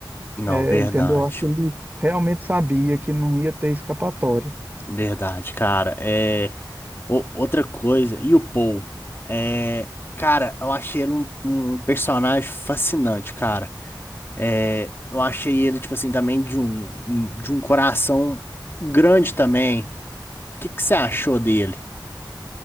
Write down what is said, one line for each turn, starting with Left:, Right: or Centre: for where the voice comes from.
Left: Não,
Right: É,
Left: verdade.
Right: entendeu? Eu acho que ele realmente sabia que não ia ter escapatória.
Left: Verdade, cara. É, o- outra coisa, e o Paul? É, cara, eu achei ele um, um personagem fascinante, cara. É, eu achei ele, tipo assim, também de um, um- de um coração grande também. O que que você achou dele?